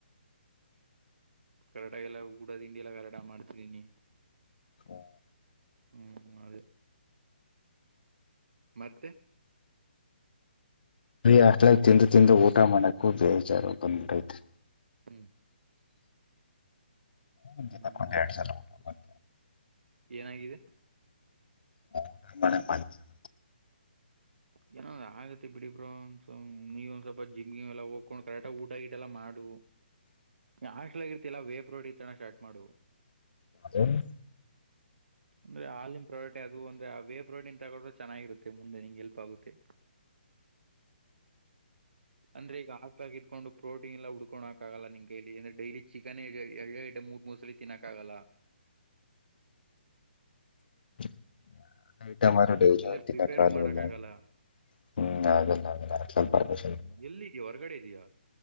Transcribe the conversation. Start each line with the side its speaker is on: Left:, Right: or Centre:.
Right: ಕರೆಕ್ಟ್ ಆಗಿ ಎಲ್ಲ ಊಟ ತಿಂಡಿಯೆಲ್ಲ ಕರೆಕ್ಟ್ ಆಗಿ ಮಾಡ್ತಿದ್ದೀನಿ
Left: ಹು
Right: ಹ್ಮ್ ಅದೇ ಮತ್ತೆ
Left: ಈ ಆಟಾ ತಿಂದು ತಿಂದು ಊಟಾ ಮಾಡಕು ಬೇಜಾರ ಬಂದ್ ಬಿಟ್ಟತೆ
Right: ಹ್ಮ್
Left: ಒಂದ್
Right: ಹ್ಮ್
Left: ದಿನಕ್ ಒಂದ್ ಎರಡ್ ಸಲ ಊಟ ಮಾಡ್
Right: <unintelligible> ಏನಾಗಿದೆ
Left: ಹೌದಾ ಮನೆ ಪಂಚದು
Right: ಏನೊಂದ್ ಆಗತ್ತೆ ಬಿಡಿ ಬ್ರೊ ಸುಮ್ನೆ ನೀವ ಒಂದ್ ಸ್ವಲ್ಪ ಜಿಮಗಿಮ್ ಎಲ್ಲ ಹಾಕೊಂಡ ಕರೆಕ್ಟ ಊಟ ಗೀಟ ಎಲ್ಲ ಮಾಡು
Left: <inaudible>
Right: ನೀ ಹಾಸ್ಟಲಾಗ್ ಇರ್ತೀಯಲ್ಲ ವೇಪ್ ರೋಡಿ ತಿನಾಕ ಸ್ಟಾರ್ಟ್ ಮಾಡು
Left: ಯಾವದು
Right: ಅಂದ್ರೆ ಹಾಲಿನ ಪ್ರೊಡಟೆ ಅದು ಒಂದೇ ಆ ವೆ ಪ್ರೋಟೆನ್ ತಗೊಂಡ್ರೆ ಚೆನ್ನಾಗಿರುತ್ತೆ ಮುಂದೆ ನನಿಂಗೆ ಹೆಲ್ಪ್ ಆಗುತ್ತೆ ಅಂದ್ರೆ ಈಗ ಹಾಸ್ಟಲಾಗಿದು ಇದ್ಕೊಂಡು ಪ್ರೋಟೀನ್ ಎಲ್ಲ ಉಡ್ಕೊನ್ಕಾಗಲ್ಲ ನಿನ ಕೈಲಿ ಅಂದ್ರ ಡೈಲಿ ಚಿಕನ್ ಎ ಎರಡೆರಡ ಐಟಮ್ ಮೂರ್ ಮೂರಸಲಿ ತಿನ್ನಕ್ಕಾಗಲ್ಲ
Left: <inaudible> <unintelligible>
Right: ಆಮೇಲೆ ಪ್ರಿಪೇರು ಮಾಡಕ್ ಆಗಲ್ಲ ಹ್ಮ ಎಲ್ಲ ಇದ್ಯಾ ಹೊರಗಡೆ ಇದಿಯಾ